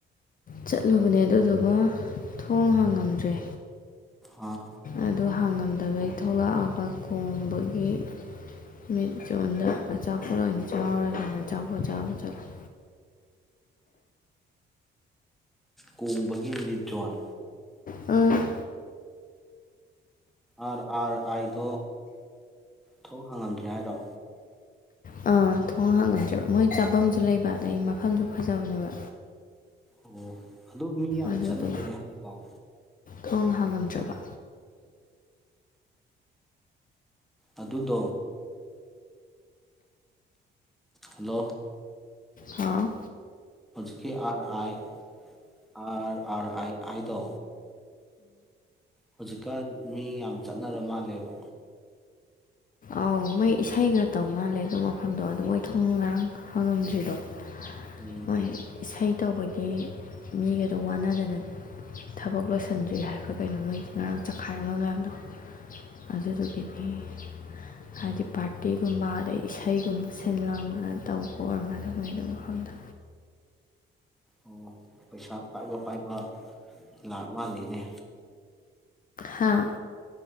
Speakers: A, on the left (about 45°); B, in the centre.
A: ꯆꯠꯂꯨꯕꯅꯦ ꯑꯗꯨꯗꯨꯒ ꯊꯣꯡ ꯍꯥꯡꯉꯝꯗ꯭ꯔꯦ
B: ꯑꯥ
A: ꯑꯗꯨ ꯍꯥꯡꯉꯝꯗꯕꯩ ꯊꯣꯛꯂꯛꯑꯒ ꯀꯣꯡꯕꯒꯤ ꯃꯤꯠ ꯆꯣꯟꯗ ꯑꯆꯥꯄꯣꯠ ꯑꯣꯏꯅ ꯆꯥꯔꯅ ꯑꯆꯥꯄꯣꯠ ꯆꯥꯕ ꯆꯠꯂꯦ
B: ꯀꯣꯡꯕꯒꯤ ꯃꯤꯠ ꯖꯣꯟ
A: ꯑꯝ
B: ꯑꯥꯔ ꯑꯥꯔ ꯑꯥꯏꯗꯣ ꯊꯣꯛ ꯍꯥꯡꯉꯝꯗ꯭ꯔꯦ ꯍꯥꯏꯔꯣ
A: ꯑꯥ ꯊꯣꯡ ꯍꯥꯡꯉꯝꯗ꯭ꯔꯦꯕ ꯃꯣꯏ ꯆꯥꯐꯝꯁꯨ ꯂꯩꯕ ꯑꯗꯗꯒꯤ ꯃꯐꯝꯁꯨ ꯐꯖꯕꯅꯦꯕ
B: ꯑꯣ ꯑꯗꯨ ꯃꯤ ꯌꯥꯝ
A: ꯑꯗꯨꯗꯣ
B: ꯆꯠꯅꯔꯤꯦꯅꯦ ꯍꯧꯖꯤꯛꯐꯥꯎ
A: ꯊꯣꯡ ꯍꯥꯡꯉꯝꯗ꯭ꯔꯕ
B: ꯑꯗꯨꯗꯣ ꯍꯜꯂꯣ
A: ꯍꯥꯎ
B: ꯍꯧꯖꯤꯀꯤ ꯑꯔ ꯑꯥꯏꯁ ꯑꯔ ꯑꯥꯏꯗꯣ ꯍꯧꯖꯤꯛꯀꯥꯟ ꯃꯤ ꯌꯥꯝ ꯆꯠꯅꯔ ꯃꯥꯜꯂꯦꯕ
A: ꯑꯧ ꯃꯣꯏ ꯏꯁꯩꯒ ꯇꯧ ꯃꯥꯜꯂꯦ ꯑꯗꯨ ꯃꯐꯝꯗꯣ ꯑꯗꯨ ꯃꯣꯏ ꯊꯣꯡ ꯉꯔꯥꯡ ꯍꯪꯉꯝꯗ꯭ꯔꯤꯗꯣ
B: ꯎꯝ
A: ꯍꯣꯏ ꯏꯁꯩ ꯇꯧꯕꯒꯤ ꯃꯤꯒꯗꯣ ꯋꯥꯅꯗꯅ ꯊꯕꯛ ꯂꯣꯏꯁꯤꯟꯗ꯭ꯔꯤ ꯍꯥꯏꯕ ꯀꯩꯅꯣ ꯃꯣꯏ ꯉꯔꯥꯡ ꯆꯈꯥꯏꯔꯝꯕ ꯃꯌꯥꯝꯗꯣ ꯑꯗꯨꯗꯨꯒꯤꯅꯤ ꯍꯥꯏꯗꯤ ꯄꯥꯔꯇꯤꯒꯨꯝꯕ ꯑꯗꯩ ꯏꯁꯩꯒꯨꯝꯕ ꯁꯤꯟ ꯂꯣꯟꯗꯅ ꯇꯧꯕ ꯑꯣꯏꯔꯃꯗꯕ ꯃ ꯑꯗꯨ ꯃꯐꯝꯗ
B: ꯑꯣ ꯄꯩꯁꯥ ꯄꯥꯏꯕ ꯄꯥꯏꯕ ꯂꯥꯛ ꯃꯥꯜꯂꯤꯅꯦ
A: ꯍꯥꯥ